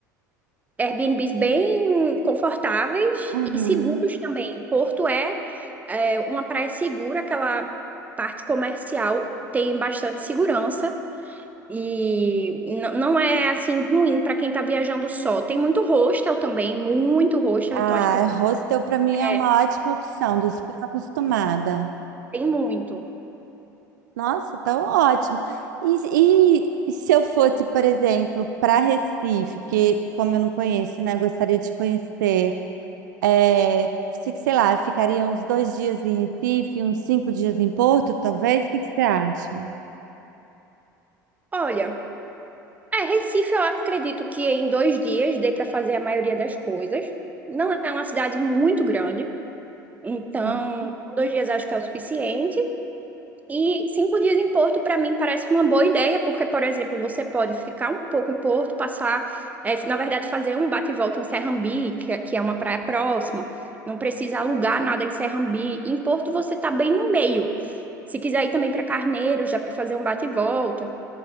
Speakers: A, on the right (about 15°); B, on the right (about 70°).
A: Airbnbs bem confortáveis
B: Uhum.
A: e seguros também. Porto é, é uma praia segura, aquela parte comercial tem bastante segurança e n- não é assim ruim para quem tá viajando só. Tem muito hostel também, muito hostel,
B: Ah,
A: então as pessoas
B: hostel para mim é
A: é,
B: uma ótima opção, tô super acostumada.
A: tem muito.
B: Nossa, então ótimo. E, e se eu fosse, por exemplo, para Recife, que como eu não conheço, né, eu gostaria de conhecer, é, se- sei lá, ficaria uns dois dias em Recife, uns cinco dias em Porto, talvez? O que que você acha?
A: Olha. É, Recife, eu acredito que em dois dias dê para fazer a maioria das coisas. Não é uma cidade muito grande, então
B: Uhum.
A: com dois dias acho que é o suficiente. E cinco dias em Porto, para mim, parece uma boa ideia, porque, por exemplo, você pode ficar um pouco em Porto, passar, é, na verdade, fazer um bate e volta em Serrambi, que, é- que é uma praia próxima. Não precisa alugar nada em Serrambi. Em Porto, você tá bem no meio. Se quiser ir também para Carneiros, dá para fazer um bate e volta.